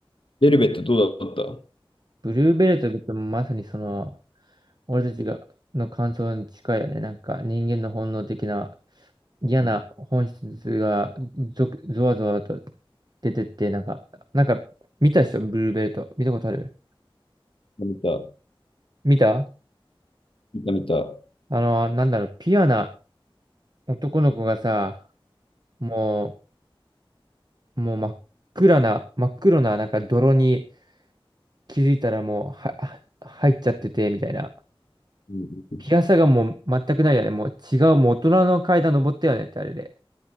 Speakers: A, on the left; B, on the right.
A: ベルベットどうだった
B: ブルーベルトっ別にまさにその、俺たちが、の感想に近いよね。なんか人間の本能的な嫌な本質がゾ、
A: うん
B: ゾワゾワと出てって、なんか、なんか見たでしょ、ブルーベルト。見たことある
A: 見た、
B: 見た
A: 見た、見た。
B: あの、なんだろう、ピュアな男の子がさ、もう、もう真っ暗な、真っ黒ななんか泥に気づいたらもうは、は入っちゃってて、みたいな。
A: うん
B: ピアサがもう全くないよね。もう違う、もう大人の階段登ったよねってあれで。